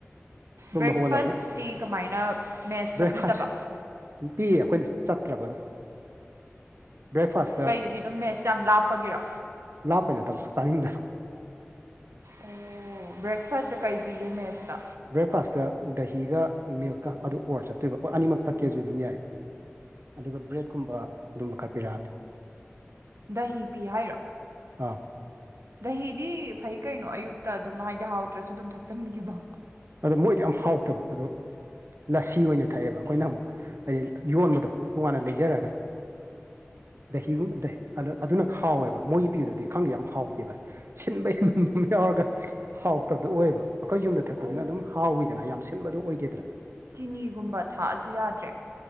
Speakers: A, on the right; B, on the right.
A: ꯇꯨꯝꯕ
B: ꯕ꯭ꯔꯦꯛꯐꯁꯇꯤ
A: ꯍꯧꯒꯠꯂꯕ ꯑꯗꯨꯝ
B: ꯀꯃꯥꯏꯅ ꯃꯦꯁꯇ
A: ꯕ꯭ꯔꯦꯛꯐꯥꯁ
B: ꯄꯤꯗꯕ
A: ꯄꯤꯌꯦ ꯑꯩꯈꯣꯏꯅ ꯆꯠꯇ꯭ꯔꯕ ꯑꯗꯨꯝ ꯕꯦꯛꯐꯥꯁ
B: ꯀꯩꯒꯤꯅꯣ ꯃꯦꯁ ꯌꯥꯝ ꯂꯥꯞꯄꯒꯤꯔꯣ
A: ꯂꯥꯞꯄꯩ ꯅꯠꯇꯕ ꯆꯥꯅꯤꯡꯗꯕ
B: ꯑꯣ ꯕ꯭ꯔꯦꯛꯐꯥꯁꯁꯦ ꯀꯩ ꯄꯤꯒꯦ ꯃꯦꯁꯇ
A: ꯕ꯭ꯔꯦꯛꯐꯥꯁꯇ ꯗꯍꯤꯒ ꯃꯤꯜꯛꯀ ꯑꯗꯨ ꯑꯣꯔ ꯆꯠꯇꯣꯏꯕ ꯑꯣ ꯑꯅꯤꯃꯛ ꯊꯛꯀꯦꯖꯨ ꯑꯗꯨꯝ ꯌꯥꯏ ꯑꯗꯨꯒ ꯕ꯭ꯔꯦꯗꯀꯨꯝꯕ ꯑꯗꯨꯝꯕ ꯈꯔ ꯄꯤꯔꯛꯑꯅꯤ
B: ꯗꯍꯤ ꯄꯤ ꯍꯥꯏꯔꯣ
A: ꯑꯥ
B: ꯗꯍꯤꯗꯤ ꯐꯩ ꯀꯩꯅꯣ ꯑꯌꯨꯛꯇ ꯑꯗꯨꯝ ꯍꯥꯏꯗꯤ ꯍꯥꯎꯗ꯭ꯔꯁꯨ ꯑꯗꯨꯝ ꯊꯛꯆꯟꯒꯤꯕ
A: ꯑꯗꯣ ꯃꯣꯏꯗꯣ ꯌꯥꯝ ꯍꯥꯎꯇꯕ ꯑꯗꯣ ꯂꯁꯤ ꯑꯣꯏꯅ ꯊꯛꯑꯦꯕ ꯑꯈꯣꯏꯅ ꯑꯃꯨꯛ ꯍꯥꯏꯗꯤ ꯌꯣꯟꯕꯗꯣ ꯇꯣꯉꯥꯟꯅ ꯂꯩꯖꯔꯒ ꯗꯍꯤꯒꯨꯝꯕ ꯗ ꯑꯗꯨ ꯑꯗꯨꯅ ꯈꯥꯎꯋꯦꯕ ꯃꯣꯏꯒꯤ ꯄꯕꯗꯨꯗꯤ ꯈꯪꯗꯦ ꯌꯥꯝ ꯍꯥꯎꯇꯦꯕ ꯁꯤꯟꯕ ꯍꯦꯃꯝꯕꯃ ꯌꯥꯎꯔꯒ ꯍꯥꯎꯇꯕꯗꯣ ꯑꯣꯏꯕ ꯑꯈꯣꯏ ꯌꯨꯝꯗ ꯊꯛꯄꯖꯤꯅ
B: ꯑꯣ
A: ꯑꯗꯨꯝ ꯍꯥꯎꯋꯤꯗꯅ ꯌꯥꯝ ꯁꯤꯟꯕꯗꯨ ꯑꯣꯏꯗꯦꯗꯅ
B: ꯆꯤꯅꯤꯒꯨꯝꯕ ꯊꯛꯑꯁꯨ ꯌꯥꯗ꯭ꯔꯦ